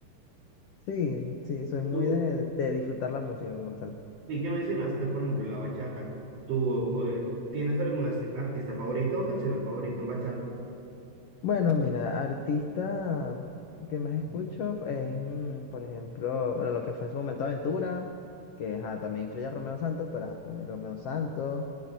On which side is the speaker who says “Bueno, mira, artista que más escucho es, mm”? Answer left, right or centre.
Left